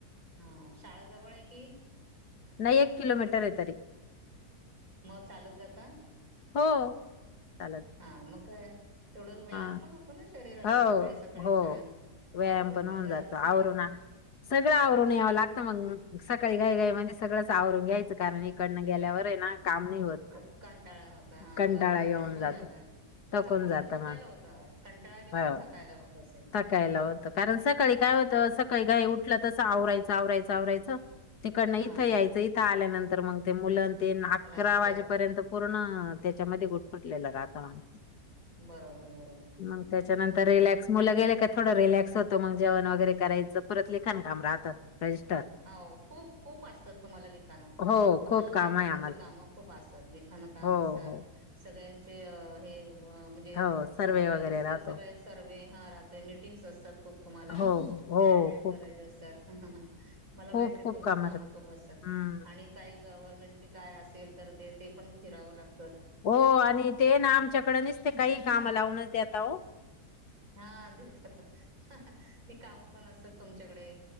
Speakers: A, on the right (about 55°); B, on the left (about 75°).
A: हा शाळा जवळ आहे की
B: नाही एक किलोमीटर आहे तरी.
A: मग चालत जाता?
B: हो चालत
A: हा मग काय? ते थोड व्यायाम
B: हा
A: पण होतो ना शरीराला
B: हो
A: सकाळी सकाळी
B: हो
A: छान.
B: व्यायाम
A: आवरून पण
B: होऊन
A: घरातलं
B: जातो
A: सगळं
B: आवरून आ सगळं आवरून
A: सकाळी
B: यावं लागतं मग सकाळी घाई गाई मध्ये सगळंच आवरून घ्यायचं. कारण इकडनं गेल्यावर आहे ना काम नाही होत
A: खूप कंटाळा होता हा
B: कंटाळा
A: बरोबर
B: येऊन
A: थकून
B: जातो
A: जात. थकून
B: जात
A: थकायला
B: मग
A: होतं कंटाळ्यापेक्षा
B: हो
A: थकायला होत. असेल
B: थकायला होतं कारण सकाळी काय होतं सकाळी घाई उठलं तसं आवरायचं आवरायचं वयच तिकडन इथं
A: हा
B: यायचं इथं आल्यानंतर मग ते मुलं ते अकरा
A: मुलांच
B: वाजेपर्यंत पूर्ण त्याच्यामध्ये गुटफुटलेलं राहतावाण
A: बरोबर बरोबर.
B: मग त्याच्यानंतर
A: पण
B: रिलॅक्स मुलं गेले थोडं रिलॅक्स होतंगेवण वगैरे करायचं परत लिखान काम राहतं. रजिस्टर
A: हो खूप खूप असतात तुम्हाला लिखाणं.
B: हो खूप
A: मला माहिती
B: काम
A: आहे तुमची
B: आम्हाला
A: कामं खूप असतात लिखाण काम
B: हो
A: असतात
B: हो
A: सगळ्यांचे हे म्हणजे
B: हो सर्वे वगैरे
A: रजिस्टर
B: राहतो
A: सगळे सर्व हा राहतोय मिीटिंग्स असतात खूप तुम्हाला.
B: हो हो
A: त्या अटेंड
B: खूप
A: करायचे असतात. मला
B: खूप
A: माहिती
B: खूप
A: तुमची काम
B: राहत
A: खूप असतात
B: हम्म
A: आणि काही गव्हर्नमेंट काय अस तर ते पण फिरावं लागत.
B: हो आणि ते ना आमच्याकड नच ते काही काम लावूनच देता हो.
A: हा देतात ती कामं पण असतात तुमच्याकडे.